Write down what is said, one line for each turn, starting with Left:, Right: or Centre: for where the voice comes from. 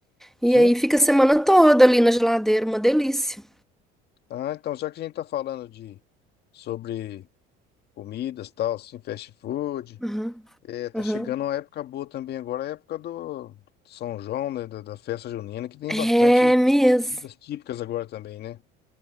Left: sim.
Centre: e aí fica a semana toda ali na geladeira, uma delícia.
Left: Ah, então já que a gente tá falando de sobre comidas, tal, assim, fast food,
Centre: Uhum,
Left: é, tá
Centre: uhum.
Left: chegando uma época boa também agora, a época do São João, né, da, da festa junina, que tem
Centre: É
Left: bastante
Centre: mesmo.
Left: comidas típicas agora também, né?